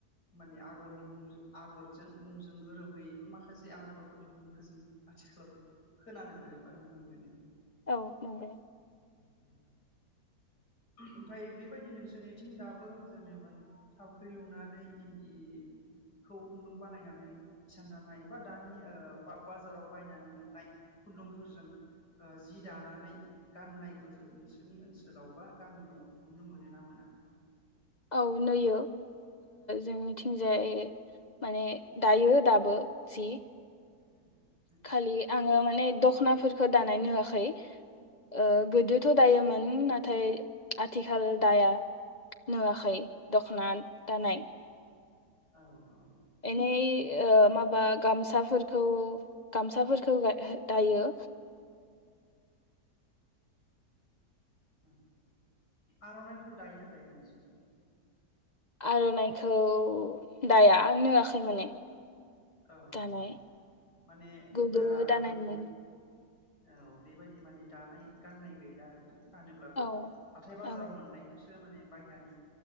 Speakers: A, on the left; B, on the left.
A: माने आगरनि मुं आगरजों मुंजों गोरोबबोयैबो माखासे आगरफोरनि मुंखौ जों आथिखालाव खोनानो मोनो बा नुनो मोनो।
B: औ नंगौ।
A: <unintelligible> ओमफ्राय बेबायदि नोंसोरनिथिं दाबो जेनेबा थावख्रि लुनानै इन्दिखौ खुन्दुं बानायनानै इसान दानाय बा दानि ओ बाजाराव बायनानै मोननाय खुन्दुंफोरजों ओ जि दानानै गाननायखौ ज नोंसोरनि ओनसोलाव बा। गामियाव नुनो मोनो ना मोना?
B: औ नैयो जों मिथिंजाय माने दायो दाबो जि।
A: <unintelligible>
B: खालि आङो मा माने दख'नाफोरखौ दानाय नुवाखै ओ गोदोथ' दायोमोन नाथाय आथिखाल दाया नुवाखै दख'ना दानाय।
A: औ औ।
B: एनै ओ माबा गामसाफोरखौ गामसाफोरखौ दायो।
A: औ आर'नाइफोर दायोना दाया नोंसोरनियाव?
B: आर'नाइखौ दाया आं नुवाखै माने।
A: औ
B: दानाय
A: औ माने
B: गोदो
A: बारा
B: दानायमोन
A: बेबायदि औ बेबायदि माने दानाय गाननाय गैला आरो ना? फानोब्लाबो
B: औ
A: हाथाय बाजाराव
B: औ
A: मोननायखौसो माने बायनानै